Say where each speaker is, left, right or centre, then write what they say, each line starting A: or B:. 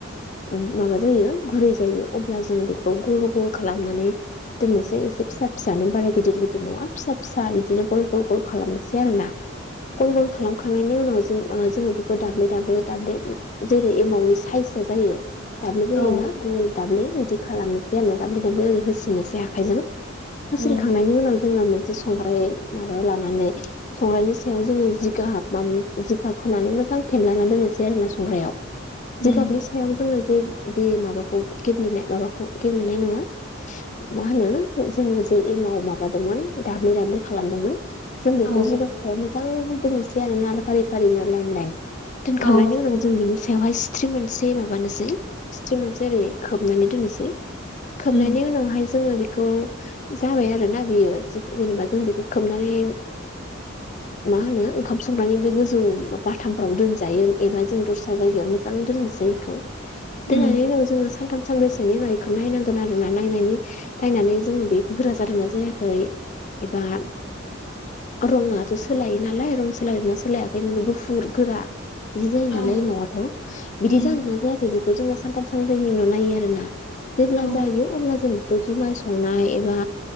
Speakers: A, on the left; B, on the left.
A: माबा जायो गुरै जायो अब्ला जों बेखौ गल गल खालामनानै दोननोसै एसे फिसा फिसानो बारा गिदिर गिदिर नङा फिसा फिसा बिदिनो गल गल गल खालामनोसै आरो ना गल गल खालामखांनायनि उनाव जों जोङो बेखौ दाब्ले दाब्ले दाब्ले जेरै एमाउन्टनि साइजआ जायो। दाब्ललि जायोना
B: औ
A: गल दाब्लि रेदि खालामनोसै आरो ना दाब्ले दाब्ले ओरै होसिननोसै आखाइजों। हासिनखांनायनि
B: उम औ
A: उनाव जोङो मोनसे संग्राय माबायाव लानानै। संग्रनायनि सायाव जोङो जिगाब माब जिगाब होनानै मोजां फेेनलायनानै दोननोसै आरोना संग्रायाव।
B: उम
A: जिगाबनि सायाव। जोङो जे बे माबाखौ गेबेनाय माबाखौ गेब्लेनाय नङा। मा होनो जोङो जे एम माबादोंमोन दाबलि दाब्लि खालामदोंमोन। जों
B: औ
A: खौ जगसाया मोजां दोननोसै आरो नाल फारि फारिनो लाइन लाइन दोनखांनायनि
B: औ
A: उनाव जों बिनि बेवहाय सिथ्रि मोनसे माबानोसै सिथ्रि मोनसे ओरै खोबनानै दोननोसै। खोबनायनि
B: उम
A: उनावहाय जोङो बेखौ। जाबाय आरो ना बियो जेनेबा जों बेखौ खोबनानै मा होनो ओंखाम संनानै बे गोजौ बाथामफ्राव दोनजायो एबा जों दस्रा जायगायाव मोजां। दोननोसैखौ
B: उम
A: दनानै उनाव जों सानथ सानबैसोनिखौ नायनांगोन आरो ना नायनानै नायनानै जोङो बे गोरा जादों ना जायाखै। एबा रङाथ' सोलाय नालाय रं सोलायना सोलायाखै माने गुफुर गोरा। बिदि जायो
B: औ
A: नालायमावाथ' बिदि
B: उम
A: जागोन ना जायाखै बेखौ जोङो सानथाम सानब्रैनि उन' नायो आरोना जेब्ला
B: औ
A: जायो अब्ला जों बे जुमाय संनाय एबा